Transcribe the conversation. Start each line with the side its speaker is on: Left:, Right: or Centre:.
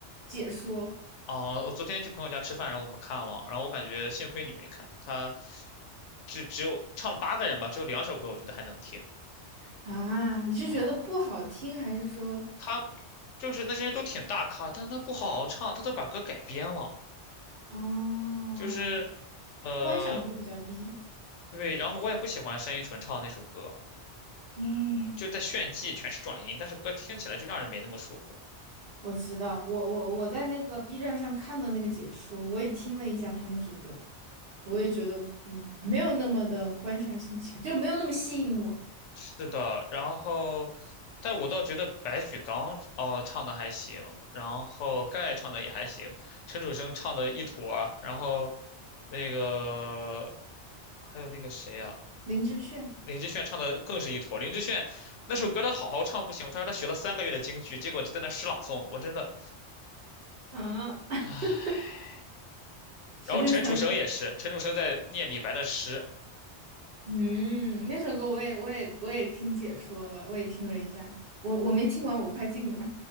Right: 解说
Left: 啊，我昨天去朋友家吃饭，然后我们看了，然后我感觉幸亏你没看，他只只有唱了八个人吧，只有两首歌我觉得还能听。
Right: 啊。你是觉得不好听，
Left: 哦、
Right: 还是说
Left: 他就是那些人都挺大咖，但是他不好好唱，他都把歌改编了，
Right: 哦
Left: 就是，呃，
Right: 观赏度比较低？
Left: 对，然后我也不喜欢单依纯唱的那首歌，
Right: 嗯，
Left: 嗯，就在炫技，全是转音，但是歌听起来就让人没那么舒服。
Right: 我知道，我我我在那个 B 站上看的那个解说，我也听了一下他那首歌，我也觉得嗯没有那么的观赏性强，就没有那么吸引我。
Left: 是的，然后，但我倒觉得白举纲哦唱的还行，然后盖唱的也还行，陈楚生唱的一坨儿然后那个还有那个谁啊，
Right: 林志炫。
Left: 林志炫唱的更是一坨儿林志炫那首歌他好好唱不行吗，他说他学了三个月的京剧，结果就在那诗朗诵，我真的
Right: 啊，
Left: 唉。
Right: <laughs> 十哈，
Left: 然后陈楚生也是，
Right: 三个，
Left: 陈楚生在念李白的诗，
Right: 嗯，那首歌我也我也我也听解说了，我也听了一下，我我没听完，我快进了。